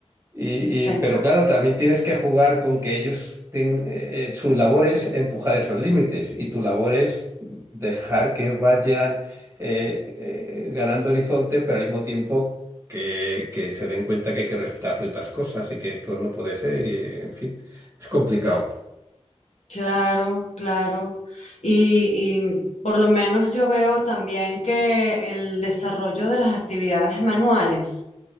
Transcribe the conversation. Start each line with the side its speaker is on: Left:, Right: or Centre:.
Right: Y,
Left: sí.
Right: y- pero claro, también tienes que jugar con que ellos, ten- eh, eh, su labor es empujar esos límites y tu labor es dejar que vayan eh, eh, ganando horizonte, pero al mismo tiempo que, que se den cuenta que hay que respetar ciertas cosas y que esto no puede ser, y en fin, es complicado.
Left: Claro, claro. Y, y por lo menos yo veo también que el desarrollo de las actividades manuales,